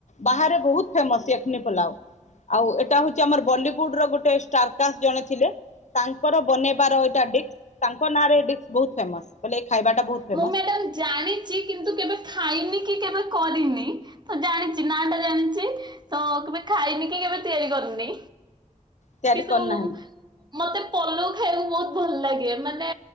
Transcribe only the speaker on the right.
ମୁଁ ମ୍ୟାଡ଼ାମ ଜାଣିଚି କିନ୍ତୁ କେବେ ଖାଇନି କି କେବେ କରିନି। ତ ଜାଣିଚି ନା ଟା ଜାଣିଚି। ତ କେବେ ଖାଇନି କି କେବେ ତିଆରି କରିନି।
କିନ୍ତୁ
ମତେ ପଲଉ ଖାଇବାକୁ ବହୁତ ଭଲ ଲାଗେ ମାନେ